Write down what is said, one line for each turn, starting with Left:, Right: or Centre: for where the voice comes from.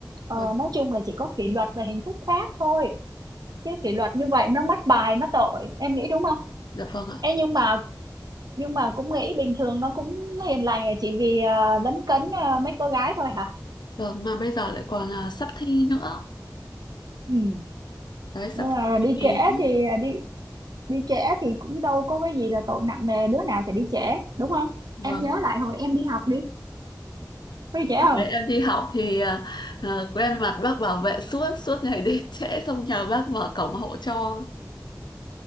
Right: ờ,
Left: vâng
Right: nói chung là chỉ có kỷ luật và hình thức khác thôi chứ kỷ luật như vậy nó mất bài nó tội em nghĩ đúng không
Left: dạ vâng ạ
Right: Ê, nhưng mà nhưng mà cũng nghĩ bình thường nó cũng hiền lành là chỉ vì à, lấn cấn à, mấy cô gái thôi hả
Left: vâng mà bây giờ lại còn là sắp thi nữa
Right: ừ.
Left: đấy sắp
Right: nhưng
Left: thi
Right: mà đi
Left: cuối kỳ
Right: trễ
Left: nữa.
Right: thì à, đi đi trễ thì cũng đâu có cái gì là tội nặng nề đứa nào chả đi trễ đúng không
Left: vâng
Right: em nhớ lại hồi em đi học đi có đi trễ không
Left: với em đi học thì à, à, quen mặt bác bảo vệ suốt suốt ngày đến trễ xong nhờ bác mở cổng hộ cho